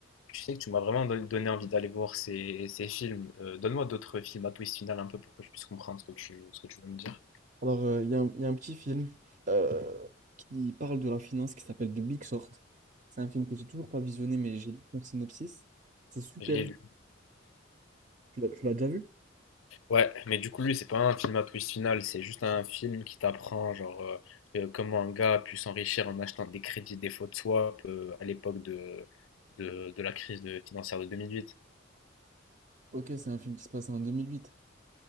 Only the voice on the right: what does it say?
Alors, euh, il y a un, il y a un petit film euh, qui parle de la finance qui s'appelle The Big Short. C'est un film que j'ai toujours pas visionné, mais j'ai lu son synopsis. C'est super.
Tu l'as tu l'as déjà vu?
Ok, c'est un film qui se passe en 2008.